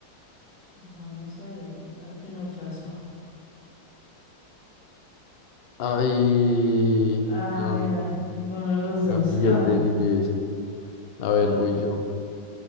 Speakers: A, on the left (about 85°); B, on the left (about 70°).
A: vamos ahí al, al pinochazo.
B: Ay,
A: Ah,
B: no,
A: mira,
B: ni-
A: ninguno de los
B: era
A: dos.
B: Miguel
A: <laughs> Ja.
B: Delibes. A ver,
A: Bo-
B: voy yo.